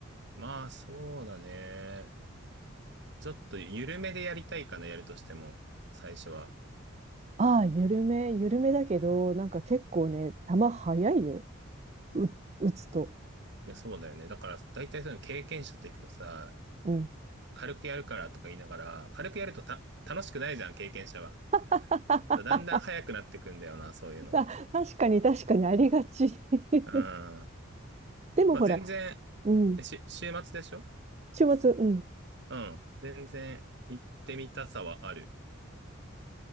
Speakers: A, on the right; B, on the right.
A: まあ、そうだね。ちょっと、緩めでやりたいかな、やるとしても。最初は。
B: ああ、緩め、緩めだけど、なんか結構ね、球速いよ。う、打つと。
A: いや、そうだよね。だから、大体そういうの経験者と行くとさ、
B: うん。
A: 軽くやるからとか言いながら、軽くやるとた、楽しくないじゃん、経験者は。
B: <laughs>
A: だんだん速くなってくんだよな、そういうの。
B: あ確かに確かにありがち。<laughs>
A: うん。ま
B: でもほら、
A: あ、全然、
B: うん。
A: えし、週末でしょ
B: 週末、うん。
A: うん。全然行ってみたさはある。